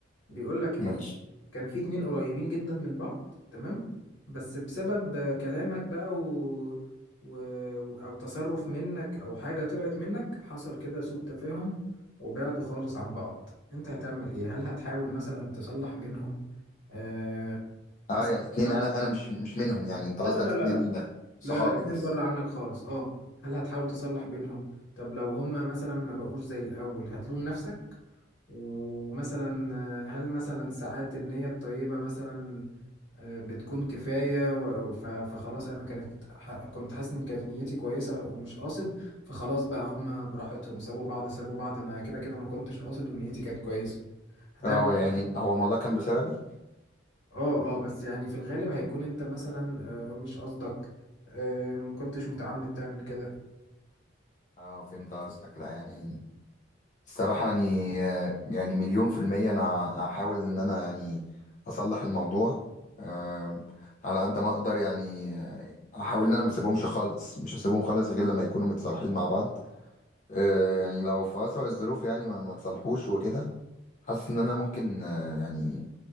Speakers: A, on the left (about 80°); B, on the left (about 40°).
A: بيقول لك ايه
B: ماشي
A: كان في اتنين قريبين جدا من بعض تمام بس بسبب كلامك بقى و... و... او تصرف منك او حاجة طلعت منك حصل كده سوء تفاهم وبعدوا خالص عن بعض انت هتعمل ايه هل هتحاول مثلا تصلح بينهم آه
B: اه
A: مثلا
B: يعني اتنين
A: لا
B: انا انا مش مش منهم يعني انت
A: لا
B: قصدك
A: لا لا لا
B: اتنين
A: لا
B: صحابي
A: لا لا، اتنين
B: بس
A: بره عنك خالص اه هل هتحاول تصلح بينهم طب لو هما مثلا ما بقوش زي الاول هتلوم نفسك ومثلا آه، هل مثلا ساعات النية الطيبة مثلا آه، بتكون كفاية و- ف- فخلاص أنا كانت ح- كنت حاسس إن كانت نيتي كويسة ومش قاصد فخلاص بقى هما براحتهم سابوا بعض سابوا بعض أنا كده كده ما كنتش قاصد ونيتي كانت كويسة هتعمل
B: اه هو يعني هو الموضوع كان بسببي
A: اه اه بس يعني في الغالب هيكون أنت مثلا آه، مش قصدك آه، ما كنتش متعمد تعمل كده
B: اه فهمت قصدك لا يعني الصراحة يعني يعني مليون في المية أنا هحاول إن أنا يعني أصلح الموضوع أم، على قد ما أقدر يعني أحاول إن أنا ما أسيبهمش خالص مش هسيبهم خالص غير لما يكونوا متصالحين مع بعض أه، يعني لو في أسوأ الظروف يعني ما ما تصالحوش وكده حاسس إن أنا ممكن أه، يعني